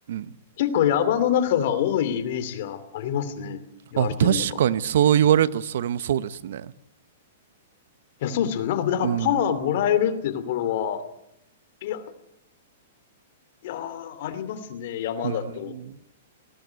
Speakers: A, on the right; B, on the left.
A: ん。
B: 結構山の中が多いイメージがありますね。言われてみれば。
A: あ、確かにそう言われるとそれもそうですね。
B: いや、そうですよね。なんか、だからパワーもらえるってところは、
A: うん。
B: いや、いやー、ありますね。山だと。
A: うん。